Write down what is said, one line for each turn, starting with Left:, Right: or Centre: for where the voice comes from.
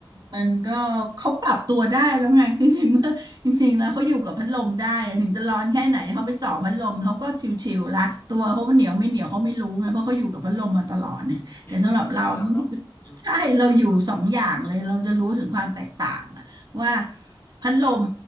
Right: มันก็เขาปรับตัวได้แล้วไง <laughs> คือในเมื่อจริงๆแล้วเขาอยู่กับพัดลมได้ถึงจะร้อนแค่ไหนเขาไปเจ่อพัดลมเขาก็ชิวๆละตัวเขาเหนียวไม่เหนียวเขาไม่รู้ไงเพราะเขาอยู่กับพัดลมมาตลอดเนี่ยแต่สำหรับเรา
Left: ชินแล้วชินแล้วเนาะอืม
Right: <laughs> ใช่เราอยู่สองอย่างเลยเราจะรู้ถึงความแตกต่างอะว่าพัดลม